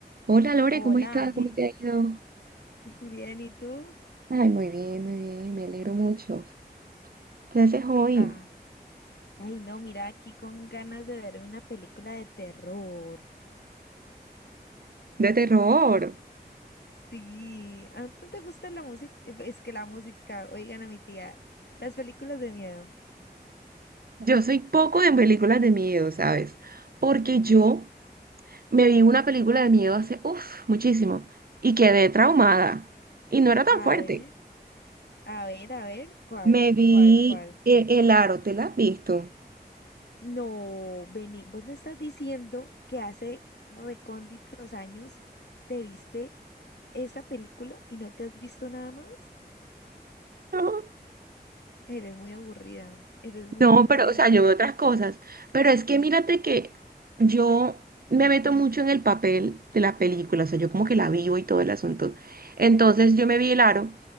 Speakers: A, on the right; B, on the left.
A: Hola Lore,
B: Hola
A: ¿cómo estás?
B: Ángel,
A: ¿Cómo te ha ido?
B: <laughs> bien, ¿y tú?
A: Ay, muy bien, muy bien, me alegro mucho. ¿Qué haces hoy?
B: Ah, ay no, mira, aquí con ganas de ver una película de terror.
A: De terror.
B: Sí, ¿a ti te gusta la música? Es que la música, oigan a mi tía, las películas de miedo.
A: Yo soy poco en películas de miedo, ¿sabes? Porque yo me vi una película de miedo hace, uff, muchísimo y quedé traumada. Y no era tan
B: A
A: fuerte.
B: ver, a ver, a ver, ¿cuál,
A: Me vi
B: cuál, cuál?
A: eh, El Aro, ¿te la has visto?
B: No, Beni, vos me estás diciendo que hace recónditos años te viste esa película y no te has visto nada más.
A: <laughs> No.
B: Eres muy aburrida, eres muy
A: No,
B: aburrida.
A: pero, o sea, yo veo otras cosas. Pero es que mírate que yo me meto mucho en el papel de la película, o sea, yo como que la vivo y todo el asunto. Entonces yo me vi el aro